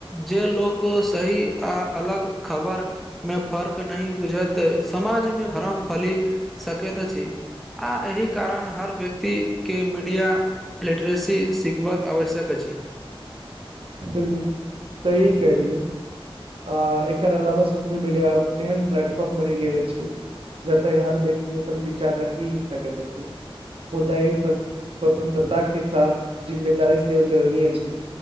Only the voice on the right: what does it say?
बिलकुल सही कहलियौ आ एकर अलावा सोशल मीडिया एहन प्लेटफॉर्म बनि गेल अछि जते हर व्यक्ति अपन विचार रखि सकैत अछि मुदाइ स्वतंत्रता के साथ जिम्मेदारी सेहो जरूरी अछि